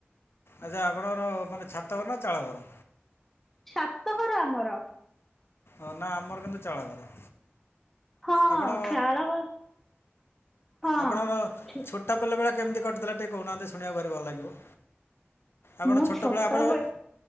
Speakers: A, on the left (about 65°); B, in the centre.
A: ଆଚ୍ଛା ଆପଣଙ୍କର ମାନେ ଛାତଘର ନା ଚାଳଘର।
B: ଛାତ ଘର ଆମର।
A: ଓ ନା ଆମର କିନ୍ତୁ ଚାଳଘର।
B: ହଁ
A: ଆପଣ
B: ଚାଳ ଘର ହଁ
A: ଆପଣଙ୍କ ଛୋଟ ପିଲା ବେଳ କେମିତି କଟିଥିଲା ଟିକେ କହୁନାହାନ୍ତି ଶୁଣିବାକୁ ଭାରି ଭଲ ଲାଗିବ। ଆପଣ
B: ମୁଁ
A: ଛୋଟପିଲା
B: ଛୋଟବେଳେ
A: ବେଳୁ